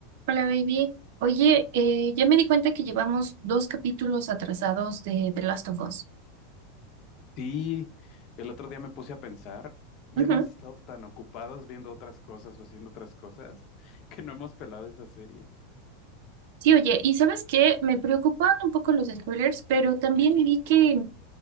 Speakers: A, on the right; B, on the left.
A: Hola, baby. Oye, eh, ya me di cuenta que llevamos dos capítulos atrasados de The Last of Us.
B: Sí, el otro día me puse a pensar y
A: Ujú.
B: hemos estado tan ocupados viendo otras cosas o haciendo otras cosas <laughs> que no hemos pelado esa serie.
A: Sí, oye, y ¿sabes qué? Me preocupan un poco los spoilers, pero también vi que